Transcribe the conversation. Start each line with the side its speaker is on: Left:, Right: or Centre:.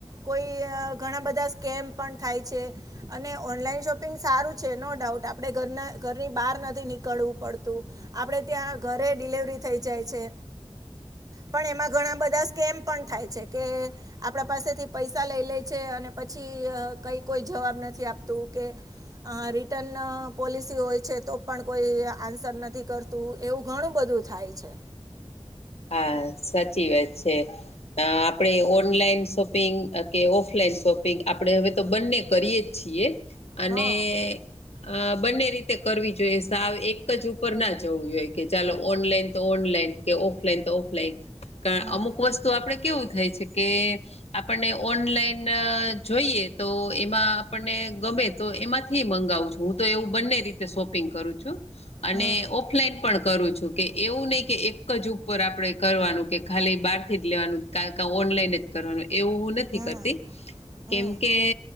Right: કોઈ અ ઘણા બધા સ્કેમ પણ થાય છે. અને ઓનલાઈન શોપિંગ સારું છે નો ડાઉટ આપણે ઘરના ઘરની બહાર ન થી નીકળવું પડતું આપડે ત્યાં ઘરે ડિલવરી થઈ જાય છે. પણ એમાં ઘણા બધા સ્કેમ પણ થાય છે કે- આપણા પાસેથી પૈસા લઈ લે છે અને પછી કઈ કોઈ જવાબ નથી આપતું કે- અ રિટર્ન પોલિસી હોય છે તો- પણ કોઈ આન્સર નથી કરતું એવું ઘણું બધું થાય છે.
Left: હા સાચી વાત છે આપણે ઓનલાઈન શોપ- પિંગ કે ઓફલાઈન શોપિંગ આપણે હવે તો બંને કરીએ જ છીએ. અને-
Right: હા
Left: અ બંને રીતે કરવી જોઈએ. સાવ એક જ ઉપર ના જવું જોઈએ કે ચાલો ઓનલાઈન તો ઓનલાઈન કે ઓફલાઈન તો ઓફલાઈન કાઆઅમુક
Right: હમ
Left: વસ્તુ આપડે કેવું થાય છે કે આપણને ઓનલાઈન જોઈએ તો એમાં આપણને ગમે તો એમાંથીએ મંગાવું છું હું તો એવું બંને રીતે શોપિંગ કરું છું. અને
Right: હમ
Left: ઓફલાઈન પણ કરું છું કે એવું નહીં કે એક જ- ઉપર આપણે એકરવાનું કે ખાલી બહારથી જ લેવાનું ઓનલાઈન જ કરવાનું એવું નથી
Right: હમ
Left: કરતી
Right: હમ
Left: કેમ કે?